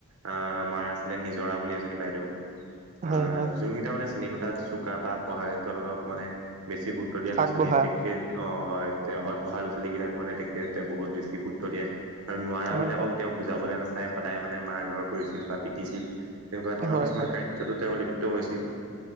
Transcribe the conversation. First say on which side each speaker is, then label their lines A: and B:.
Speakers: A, on the right; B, on the right.
A: আহ আমাৰ আছিলে নিজৰা বুলি এজনী বাইদেউ।
B: হয়
A: আহ
B: হয়
A: যোন কেইটা মানে চেনীকোঠাত চোকা বা পঢ়াৰ ক্ষেত্ৰত অলপ মানে বেছি গুৰুত্ব দিয়া ল'ৰা-ছোৱালী
B: আগবঢ়া
A: তেখেত অ' হয়। পঢ়া লৰা-ছোৱালী কেইটাকো মানে তেখেতে বহুত বেছি গুৰুত্ব দিয়ে আৰু নোৱাৰা
B: হয়
A: বিলাক
B: হয়
A: তেওঁ বুজাবলৈ নাচাই, সদায় মানে মাৰ ধৰ কৰিছিল বা পিটিছিল তেনেকুৱা ধৰণৰ
B: হয়
A: কিছুমান
B: হয়
A: কায যিটো তেওঁ লিপ্ত হৈছিল।